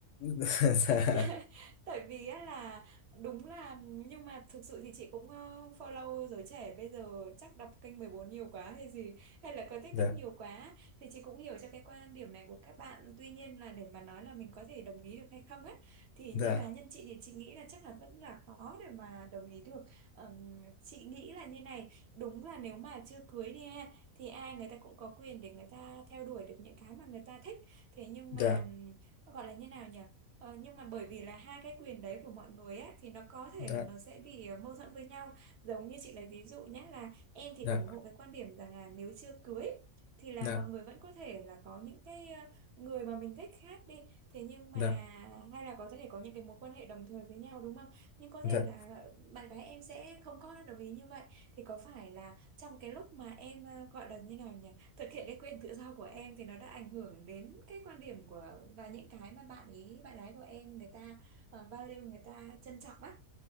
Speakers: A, on the left (about 70°); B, on the right (about 60°).
A: dạ
B: tại, tại vì á là đúng là nhưng mà thực sự thì chị cũng ờ, follow giới trẻ bây giờ chắc đọc kênh 14 nhiều quá hay gì hay là coi TikTok
A: dạ
B: nhiều quá thì chị cũng hiểu cho cái quan điểm này của các bạn tuy nhiên là để mà nói là mình có thể đồng ý được hay không ấy thì
A: dạ
B: như cá nhân chị thì chị nghĩ là chắc là vẫn là khó để mà đồng ý được Ừm, chị nghĩ là như này đúng là nếu mà chưa cưới đi ha thì ai người ta cũng có quyền để người ta theo đuổi được những cái mà người ta thích thế nhưng
A: dạ
B: mà ừm, gọi là như nào nhỉ Ờ, nhưng mà bởi vì là hai cái quyền đấy của mọi người á thì nó có thể
A: dạ
B: là nó sẽ bị ờ, mâu thuẫn với nhau giống như chị lấy ví dụ nhé là em thì
A: dạ
B: ủng hộ cái quan điểm rằng là nếu chưa cưới thì là
A: dạ
B: mọi người vẫn có thể là có những cái ờ, người mà mình thích khác đi thế nhưng
A: dạ
B: mà
A: dạ
B: hay là có thể có những cái mối quan hệ đồng thời với nhau đúng không nhưng có
A: dạ
B: thể là bạn gái em sẽ không có đồng ý như vậy thì có phải là trong cái lúc mà em ờ, gọi là như nào nhỉ thực hiện cái quyền tự do của em thì nó đã ảnh hưởng đến cái quan điểm của và những cái mà bạn ý bạn gái của em người ta ờ, value người ta trân trọng á